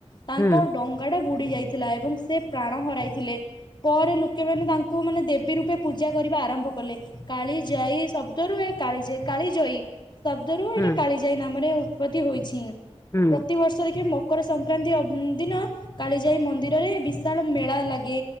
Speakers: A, on the left; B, on the left.
A: ତାଙ୍କ
B: ହୁଁ
A: ଡଙ୍ଗା ଟା ବୁଡି ଯାଇଥିଲା ଏବଂ ସେ ପ୍ରାଣ ହରାଇଥିଲେ। ପରେ ଲୋକେମାନେ ତା ଙ୍କୁ ମାନେ ଦେବୀ ରୂପେ ପୂଜା କରିବା ଆରମ୍ଭ କଲେ କାଳି ଯାଇ ଶବ୍ଦରୁ ଏହା କାଲିଯାଇ କାଳିଜଇ। ଶବ୍ଦ ରୁ ଏଇଟା
B: ହୁଁ ହୁଁ
A: କାଳିଜାଇ ନାମରେ ଉତ୍ପତ୍ତି ହୋଇଛି
B: ହୁଁ
A: ପ୍ରତିିବର୍ଷ ଦେଖିବେ ମୋ ମକର ସଂକ୍ରାନ୍ତି ଅବ ଉଁ ଦିନ କାଳିଜାଇ ମନ୍ଦିରରେ ବିଶାଳ ମେଳା ଲାଗେ